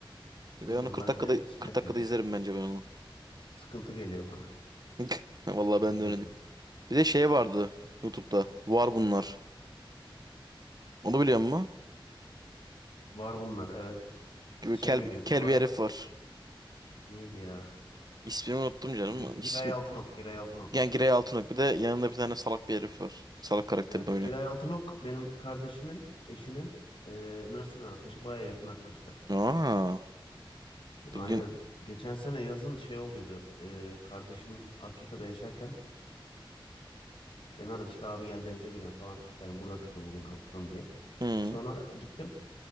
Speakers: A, on the right; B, on the left.
A: E,
B: Bilmiyorum
A: Ben onu kırk
B: ben
A: dakikada
B: de şey
A: kırk
B: yapıyor.
A: dakikada izlerim bence ben onu.
B: Sıkıntı geliyor bana
A: <laughs> Vallahi
B: <laughs> izlerken.
A: ben de öyle diyeyim. Bir de şey vardı YouTube'da. Var bunlar. Onu biliyor musun?
B: Var bunlar evet.
A: Böyle
B: Şey
A: kel,
B: oynuyor.
A: kel
B: Koray
A: bir herif var.
B: neydi ya?
A: İsmini unuttum canım.
B: Gi- Giray
A: İsmi,
B: Altınok. Giray Altınok.
A: yani Girey Altınok bir de yanında bir tane salak bir herif var. Salak karakteri
B: Evet,
A: de oynuyor.
B: Giray Altınok benim kardeşimin eşinin e, üniversiteden arkadaşı, baya yakın arkadaşlar.
A: Aa,
B: Aynen.
A: bir gün...
B: Geçen sene yazın şey olduydu. e, kardeşim Akyaka'da yaşarken beni aradı işte abi gel denize girelim falan. İşte hani burada takıl bugün hafta sonu diye.
A: Hı.
B: Sonra gittim.